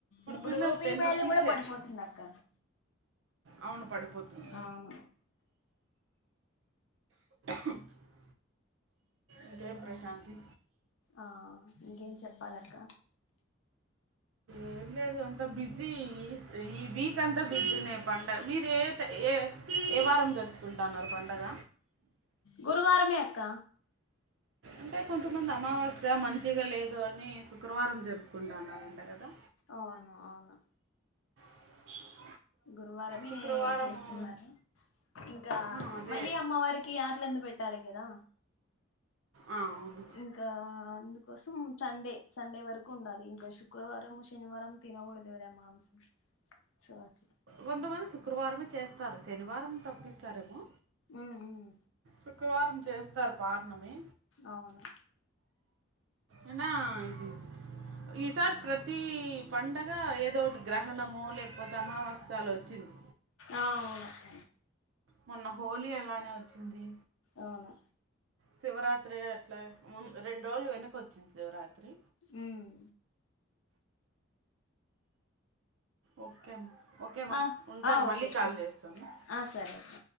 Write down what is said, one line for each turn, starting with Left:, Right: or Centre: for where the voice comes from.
Left: ఇప్పుడు
Right: పిల్లలు
Left: రూపీ
Right: టెన్
Left: వాల్యూ
Right: రూపీసే
Left: కూడా పడిపోతుంది అక్క
Right: అవును పడిపోతుంది
Left: అవును
Right: <inaudible> ఇంకేం ప్రశాంతి
Left: ఆ ఇంకేం చెప్పాలక్క
Right: ఏం లేదు అంత బిజీ ఈ వీక్ అంతా బిజీనే పండగ మీరేంట్ ఏ ఏ వారం జరుపుకుంటన్నారు పండగ
Left: గురువారమే అక్క
Right: అంటే కొంతమంది అమావాస్య మంచిగా లేదు అని శుక్రవారం జరుపుకుంట ఉన్నారంట అక్క
Left: అవును అవును
Right: <inaudible>
Left: గురువారమే
Right: శుక్రవారము
Left: చేస్తున్నారు ఇంకా
Right: ఆ, అదే
Left: మళ్ళీ అమ్మవారికి యాటల విందు పెట్టాలి కదా
Right: ఆ, అవును
Left: ఇంకా అందు కోసం సండే సండే వరకు ఉండాలి ఇంకా శుక్రవారం శనివారం తినకూడదు కదా మాంసం స్వాతి
Right: కొంతమంది శుక్రవారమే చేస్తారు శనివారం తప్పిస్తారేమో
Left: ఉమ్
Right: శుక్రవారం చేస్తారు పార్ణమి
Left: అవునా
Right: ఏనా ఇది ఈసారి ప్రతీ పండగ ఏదోటి గ్రహణమో లేకపోతే అమావాస్య అలా వచ్చింది
Left: ఆ అవునాక్క
Right: మొన్న హోలీ అలానే వచ్చింది
Left: అవునా
Right: శివరాత్రి అట్లా రెండు రోజులు వెనక వచ్చింది శివరాత్రి
Left: ఉమ్
Right: ఓకేమా ఓకేమ్మ
Left: ఆ
Right: ఉంటాను
Left: ఆ
Right: మళ్ళీ
Left: ఓకే అక్క
Right: కాల్ చేస్తాను
Left: ఆ సరే అక్క